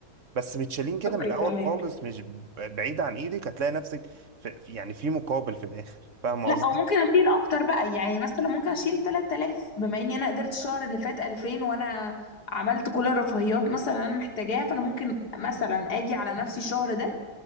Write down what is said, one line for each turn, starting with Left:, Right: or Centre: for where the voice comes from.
Right: بس متشالين كده
Left: اوكي
Right: من الاول
Left: فهمك
Right: خالص مش ب- بعيد عن ايدك هتلاقي نفسك في في- يعني في مقابل في الاخر فاهمه
Left: لا
Right: قصدي
Left: او ممكن اشيل اكتر بقى يعني مثلا ممكن اشيل 3000 بما اني انا قدرت الشهر اللي فات 2000 وانا عملت كل الرفاهيات مثلا اللي انا محتاجاها فانا ممكن مثلا اجي على نفسي الشهر ده